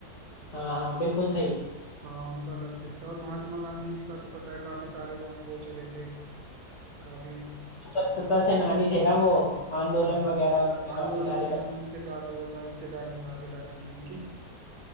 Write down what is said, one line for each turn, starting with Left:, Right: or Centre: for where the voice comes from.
Left: हाँ हाँ बिल्कुल सही
Right: हाँ उनका अलग फील्ड था और महात्मा गांधी जी का तो पता है काफी सारे उन्होंने वो चले थे काफी
Left: स्वतंत्रता
Right: चर्चे में
Left: सेनानी थे ना वो आंदोलन
Right: हाँ
Left: वगैरह उन्होंने
Right: आंदोलन
Left: काफी सारे
Right: वगैरह
Left: कर
Right: में उनके ज्यादा वो था हिस्सेदारी भागीदारी थी उनकी